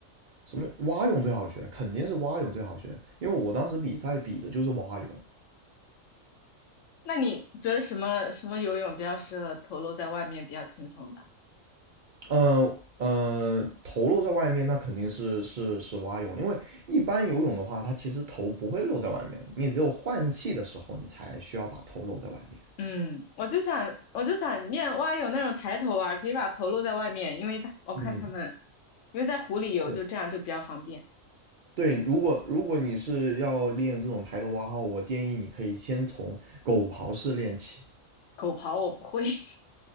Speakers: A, on the right; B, on the left.
A: 什么蛙泳最好学，肯定是蛙泳最好学，因为我当时比赛比的就是蛙泳。
B: 那你觉得什么什么游泳比较适合头露在外面比较轻松的？
A: 呃呃，头露在外面，那肯定是是是蛙泳，因为一般游泳的话，它其实头不会露在外面，你只有换气的时候，你才需要把头露在外面。
B: 嗯，我就想我就想练蛙泳那种抬头蛙，可以把头露在外面，因为它我看他们
A: 嗯，
B: 因为在湖里游就这样就比较方便。
A: 是，对，如果如果你是要练这种抬头蛙号，我建议你可以先从狗刨式练起，
B: 狗刨我不会，<laughs>